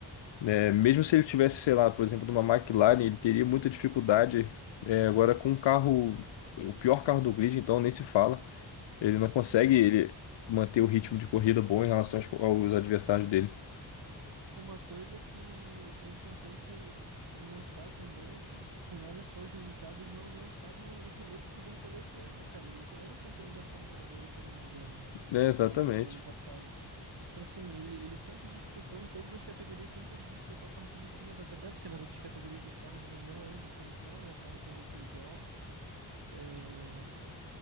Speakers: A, on the left; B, on the right.
A: né? mesmo se ele tivesse, sei lá, por exemplo, de uma McLaren, ele teria muita dificuldade. é, agora, com um carro, o pior carro do grid, então nem se fala. Ele não consegue
B: Uma,
A: ele manter o ritmo de corrida bom em relação aos, aos adversários dele.
B: Uma coisa que é importante notar também é que quem olha só os resultados não, não sabe o, o piloto que o Bortoleto é, né, cara? Ele era o campeão da Fórmula 2, se eu não me engano,
A: É, exatamente.
B: no ano passado. Então, assim, ele, ele sempre disputou em todas as categorias, sempre disputou a parte de cima da tabela, porque nas outras categorias os carros não, não é um diferencial, né? O carro tende a ser igual. É,